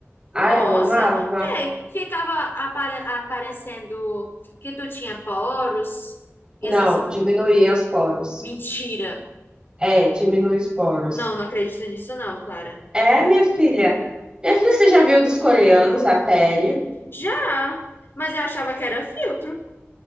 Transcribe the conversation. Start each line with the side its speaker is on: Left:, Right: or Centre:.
Right: Ah,
Left: Nossa,
Right: eu amava.
Left: é, ficava apare- aparecendo que tu tinha poros e
Right: Não,
Left: essas
Right: diminuía os poros.
Left: mentira.
Right: É, diminui os poros.
Left: Não, não acredito nisso não, Clara.
Right: É, minha filha. Minha filha, você já viu dos coreanos a pele?
Left: Já, mas eu achava que era filtro.